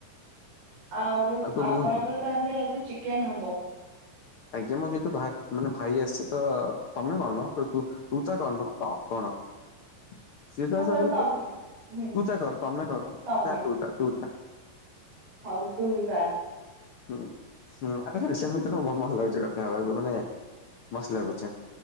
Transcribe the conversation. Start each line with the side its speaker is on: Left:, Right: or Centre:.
Right: ଆଉ
Left: କଣ
Right: ଆପଣଙ୍କର
Left: କୁହନ୍ତୁ?
Right: ତାହେଲେ ଆଜି ଚିକେନ ହବ।
Left: ଆଜ୍ଞା ମୁଁ ଯେହେତୁ ଭା-ମାନେ ଭାଇ ଆସଚି ତ ତମେ କଣମ ତ-ତୁ-ତୁ, ତା କରନ ତ ଆପଣ। <inaudible> ସିଧା
Right: ହଉ
Left: ସାଧାରୁ
Right: ତାହେଲେ ତମ
Left: ପ-ତୁ
Right: ହୁଁ
Left: ତା କର ତମେ କର
Right: ତମେ
Left: ନା ତୁ ତା, ତୁ ତା
Right: ହଉ ତୁ ତା।
Left: ହୁଁ ହୁଁ ଆରେ ହେ ସେମିତି ନୁହଁ ବୋହୁତ ଭଲ ଲାଗୁଚ କଥା ହବାକୁ ମାନେ ମସ୍ତ ଲାଗୁଚି।